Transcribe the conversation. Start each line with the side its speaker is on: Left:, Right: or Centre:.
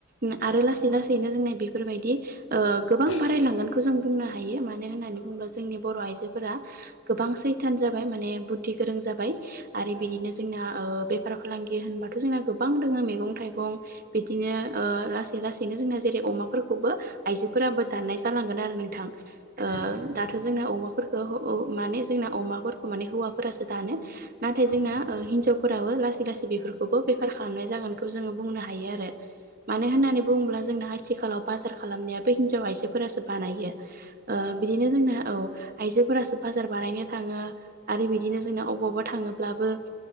Right: ना
Left: औ
Right: आरो
Left: नंगौ
Right: लासै लासैनो
Left: औ
Right: जोंना बेफोरबायदि ओ गोबां बारायलांगोनखौ
Left: औ
Right: जों बुंनो हायो मानो होननानै
Left: औ
Right: बुङोब्ला जोंनि बर' आइजोफोरा गोबां सैथान जाबाय माने बुद्धि गोरों जाबाय। आरो
Left: औ
Right: बिदिनो जोंना ओ बेफार फालांगि होनबाथ' जोंना गोबां दङो मैगं थाइ गं बिदिनो ओ लासै लासैनो जोंना जेरै- अमाफोरखौबो आइजोफोराबो
Left: उम औ
Right: दाननाय जालांगोन आरो नोंथां। ओ
Left: औ नंगौ
Right: दाथ'
Left: नोंथां
Right: जोंना अमाफोरखौ ओ माने जोंना अमाफोरखौ माने हौवाफोरासो दानो।
Left: औ
Right: नाथाय
Left: औ
Right: जोंना
Left: नंगौ
Right: ओ हिनजाव फोराबो लासै लासै बेफोरखौबो बेफार खालामनाय जागोनखौ जोङो बुंनो हायो आरो। मानो
Left: औ
Right: होननानै
Left: नंगौ
Right: बुङोब्ला जोंना आथिखालाव बाजार खालामनायाबो हिनजाव आइजोफोरासो बानायो ओ
Left: औ नंगौ
Right: बिदिनो जोंना औ आइजोफोरासो बाजार बानायनो थाङो आरो बिदिनो
Left: औ
Right: जोंना अबावबा थाङोब्लाबो